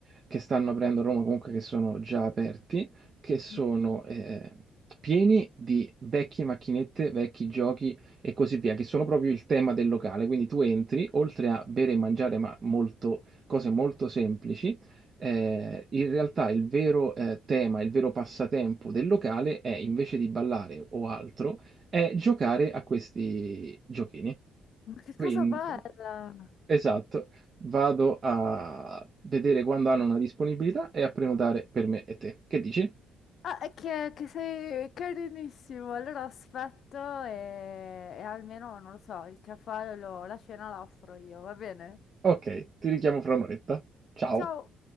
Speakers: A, on the right (about 40°); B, on the left (about 60°).
A: che stanno aprendo a Roma, comunque che sono già aperti, che sono
B: mm.
A: eh, pieni di vecchie macchinette, vecchi giochi e così via, che sono proprio il tema del locale. Quindi tu entri, oltre a bere e mangiare, ma molto, cose molto semplici, eh, in realtà il vero eh, tema, il vero passatempo del locale è invece di ballare o altro è giocare a questi giochini.
B: Ma che
A: Quindi,
B: cosa bella!
A: esatto, vado a vedere quando hanno una disponibilità e a prenotare per me e te. Che dici?
B: Ah, è che, che sei carinissimo. Allora aspetto e, e almeno, non lo so, il caffè, lo- la cena la offro io, va bene?
A: Ok, ti richiamo fra un'oretta. Ciao.
B: Ciao!